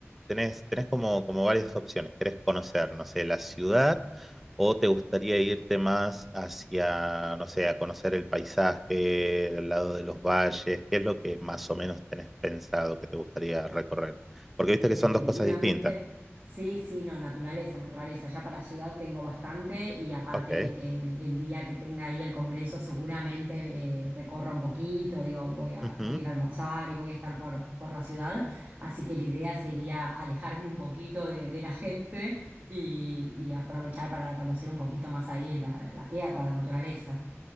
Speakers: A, in the centre; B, on the right.
A: tenés, tenés como, como varias opciones. Querés conocer, no sé, la ciudad ¿O te gustaría irte más hacia, no sé, a conocer el paisaje, el lado de los valles? ¿Qué es lo que más o menos tenés pensado que te gustaría recorrer? Porque viste que
B: Definitivamente,
A: son dos cosas distintas.
B: sí, sí, no, naturaleza, naturaleza. Ya para ciudad tengo bastante y aparte
A: Ok.
B: el, el día que tenga ahí el congreso seguramente eh, recorra un poquito, digo, voy a,
A: ujú.
B: voy a ir a almorzar y voy a estar por, por la ciudad, así que la idea sería alejarme un poquito de, de la gente y, y aprovechar para conocer un poquito más ahí la, la tierra, la naturaleza.